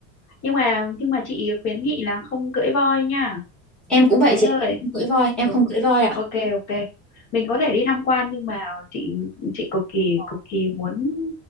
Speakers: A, on the left (about 50°); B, in the centre.
A: nhưng mà nhưng mà chị khuyến nghị là không cưỡi voi nha
B: Em cũng vậy
A: gái
B: chị
A: ơi
B: ạ, em không cưỡi voi, em
A: ừ.
B: không cưỡi voi ạ.
A: ok ok mình có thể đi tham quan nhưng mà chị chị cực kỳ
B: Ờ.
A: cực kỳ muốn